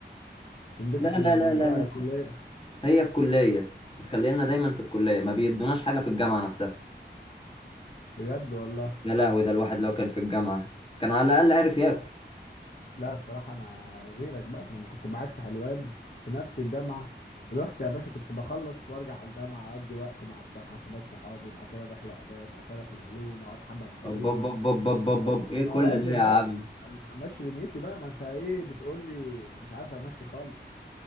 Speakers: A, on the left; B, on the left.
A: من بيتك
B: لا لا
A: للكليه
B: لا لا هي الكلية مخلينا دايما في الكلية ما بيدوناش حاجة في الجامعة نفسها
A: بجد والله
B: يا لهوي ده الواحد لو كان في الجامعة كان على الأقل عارف ياكل
A: لا الصراحة أنا غيرك بقى أنا لما كنت معاك في حلوان في نفس الجامعة رحت يا باشا كنت بخلص وارجع على الجامعة أقضي وقت مع بتوع حاسبات صحابي بعد كده أروح لآداب بعد كده أروح لعلوم أقعد حبة مع دول
B: بب بب بب بب بب
A: أسلم
B: بب.
A: على
B: ايه
A: ما
B: كل
A: لازم
B: ده يا عم
A: بقى أم- أمشي دنيتي بقى ما أنت إيه بتقول لي مش عارف أمشي خالص